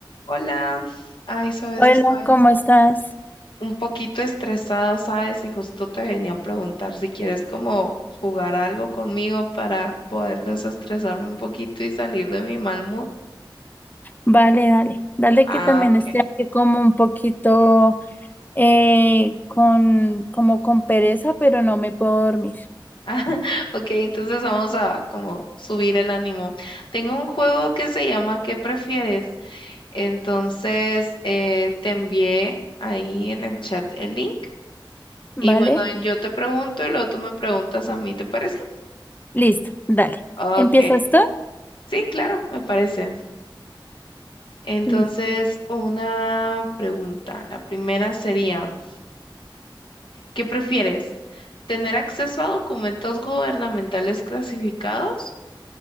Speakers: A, on the left; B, on the left.
A: Hola, ay, sabes,
B: Hola,
A: estoy
B: ¿cómo estás?
A: un poquito estresada, sabes, y justo te venía a preguntar si quieres como jugar algo conmigo para poder desestresarme un poquito y salir de mi mal mood.
B: Vale, dale. Dale
A: Ah,
B: que también
A: ok.
B: estoy aquí como un poquito eh, con, como con pereza, pero no me puedo dormir.
A: <laughs> Ok, entonces vamos a como subir el ánimo. Tengo un juego que se llama ¿Qué prefieres? Entonces eh, te envié ahí en el chat el link.
B: ¿Vale?
A: Y bueno, yo te pregunto y luego tú me preguntas a mí, ¿te parece?
B: Listo, dale.
A: Ok,
B: ¿Empiezas tú?
A: Sí, claro, me parece. Entonces,
B: Listo.
A: una pregunta. La primera sería, ¿qué prefieres? ¿Tener acceso a documentos gubernamentales clasificados